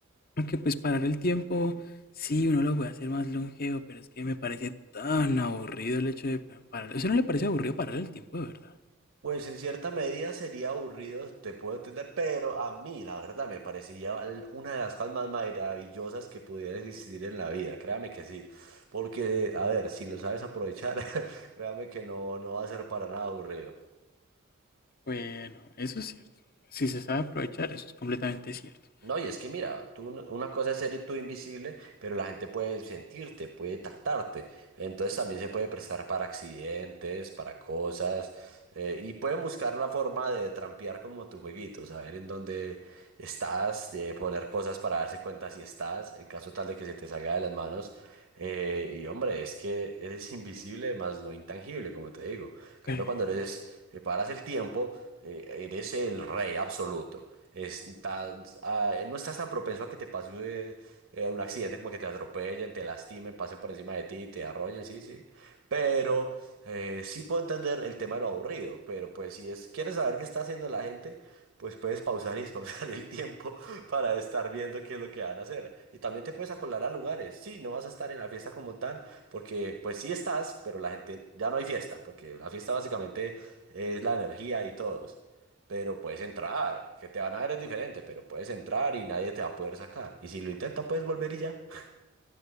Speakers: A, on the left; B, on the right.
A: aunque pues parar el tiempo, sí, uno lo puede hacer más longevo, pero es que me parece tan aburrido el hecho de pa- parar. ¿A usted no le parece aburrido parar el tiempo de verdad?
B: Pues en cierta medida sería aburrido, te puedo entender, pero a mí la verdad me parecería l- una de las cosas más maravillosas que pudiera existir en la vida, créame que sí, porque a ver, si lo sabes aprovechar, <laughs> créame que no, no va a ser para nada aburrido.
A: Bueno, eso es cierto. Si se sabe aprovechar, eso es completamente cierto.
B: No, y es que mira, tú, una cosa es ser tú invisible, pero la gente puede sentirte, puede tactarte. Entonces también se puede prestar para accidentes, para cosas, eh, y pueden buscar la forma de trampear como tu jueguito, saber en dónde estás, de poner cosas para darse cuenta si estás, en caso tal de que se te salga de las manos. Eh, y hombre, es que eres <laughs> invisible, más no intangible, como te digo. En cambio,
A: Pero,
B: cuando eres, eh, paras el tiempo, eh, eres el rey absoluto está- ah, no estás tan propenso a que te pase eh, eh, un accidente como que te atropellen, te lastimen, pasen por encima de ti, te arrollen, sí, sí. Pero eh, sí puedo entender el tema de lo aburrido, pero pues si es, quieres saber qué está haciendo la gente, pues puedes pausar y <laughs> despausar el tiempo <laughs> para estar viendo qué es lo que van a hacer. Y también te puedes acolar a lugares. Sí, no vas a estar en la fiesta como tal, porque pues sí estás, pero la gente, ya no hay fiesta, porque la fiesta básicamente es la energía y todos pero puedes entrar, que te van a ver es diferente, pero puedes entrar y nadie te va a poder sacar. Y si lo intentas, puedes volver y ya. <laughs>